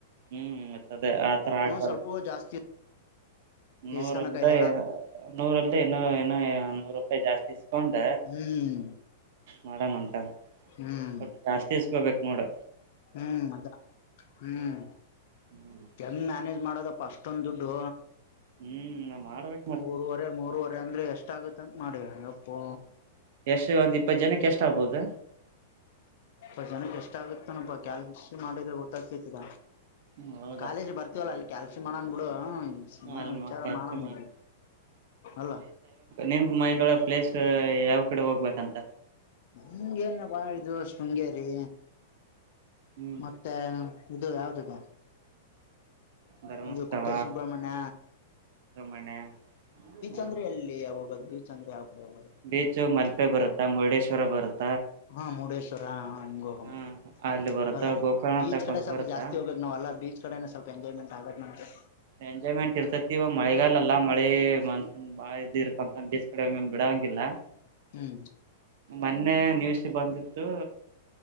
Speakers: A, on the right (about 60°); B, on the left (about 60°).
A: ಹ್ಮ್ ಮತ್ತ ಅದೇ ಆತರ ಆಗ್ಬಾರ್ದ
B: ಸ್ವಲ್ಪ ಜಾಸ್ತಿ
A: ನೂರಲ್ಲದ
B: ಇಸ್ಕನ ಕೈಲೆಲ್ಲ
A: ನೂರಲ್ ಇನ್ನೂ ಏನ ನೂರು ರೂಪಾಯಿ ಜಾಸ್ತಿ ಇಸ್ಕೊಂಡ
B: ಹ್ಮ್
A: ಮಾಡಡಮ್ ಅಂತ
B: ಹ್ಮ್
A: ಬಟ್ ಜಾಸ್ತಿ ಇಸ್ಕೊಬೇಕು ನೋಡ್ರ
B: ಹ್ಮ್ ಅದ ಹ್ಮ್
A: ಹ್ಮ್
B: ಕೆಮ್ ಮ್ಯಾನೇಜ್ ಮಾಡೋದಪ್ಪ ಅಷ್ಟೊಂದು ದುಡ್ಡು
A: ಹ್ಮ್ ನಾ ಮಾಡ್ಬೇಕು
B: ಮೂರವರೆ ಮೂರುವರೆ ಅಂದ್ರೆ ಎಷ್ಟ ಆಗುತ್ತ ಅಂತ ಮಾಡಿ ಯಪ್ಪು
A: ಎಷ್ಟು ಒಂದ ಇಪ್ಪತ್ತು ಜನಕ್ಕೆ ಎಷ್ಟ ಆಗ್ಬೋುದು
B: ಅ ಜನಕ್ಕೆ ಎಷ್ಟ ಆಗತ್ತನಪಾ ಕ್ಯಾಲ್ಸ ಮಾಡಿದ್ರೆ ಗೊತ್ತಾಗ್ತಿತದ
A: ಹಾ
B: ಕಾಲೇಜ್ ಬರ್ತವಲ್ಲ ಅಲ್ಲಿ ಕೆಲ್ಸ ಮಾಡನ್ ಬಿಡು ಸಮ್ಮ
A: ಅಲ್ಲಿ
B: ವಿಚಾರ
A: ಮಾ ಖರ್ಚು
B: ಮಾಡನ್
A: ಮಾಡಿ
B: ಅಲ್ಲ
A: ನಿಮ್ದ ಮೈಂಡ್ ಒಳ ಪ್ಲೇಸ್ ಯಾವ್ ಕಡೆ ಹೋಗ್ಬೇಕಂತ
B: ಹಂಗೆನ ಬಾಳ ಶೃಂಗೇರಿ
A: ಹ್ಮ್
B: ಮತ್ತೆ ಇದು ಯಾವ್ದದ
A: ಧರ್ಮಸ್ಥಳ
B: ಒಂದು ಕುಕೇ ಸುಬ್ರಮಣ್ಯ
A: ಮ <inaudible>
B: ಅಂದ್ರೆ ಎಲ್ಲಿ ಹೋಗೋದು ಬೀಚ್ ಅಂದ್ರೆ ಕಡೆ ಹೋಗದು
A: ಬೀಚು ಮಲ್ಪೆ ಬರುತ್ತಾ ಮುರುಡೇಶ್ವರ ಬರುತ್ತಾ
B: ಹಾ ಮುರುಡೇಶ್ವರ ಹ ಹಿಂಗ ಹೋಗ
A: ಹ್ಮ ಅಲ್ಲಿ ಬರುತ್ತಾ
B: ಅಲ್ಲ
A: ಗೋಕರ್ಣ
B: ಬೀಚ್
A: ತಕೊಂಡ್
B: ಕಡೆ ಸ್ವಲ್ಪ
A: ಬರುತ್ತಾ
B: ಜಾಸ್ತಿ ಹೋಗ್ಬೇಕು ನಾವ್ ಬೀಚ್ ಕ ಸ್ವಲ್ ಎಂಜಾಯ್ಮೆಂಟ್ಗೆ ನೋರೆ
A: ಎಂಜಾಯ್ಮೆಂಟ್ ಇರ್ತೈತಿ ಇವ ಮಳೆಗಾಲಲ್ಲಾ ಮಳೆ ಮ ಬಾಳ ಇದಸ್ ಕಡೆ ಬಿಡಂಗಿಲ್ಲ
B: ಹ್ಮ್
A: ಮೊನ್ನೆ ನಿವಸ ಬಂದಿತ್ತು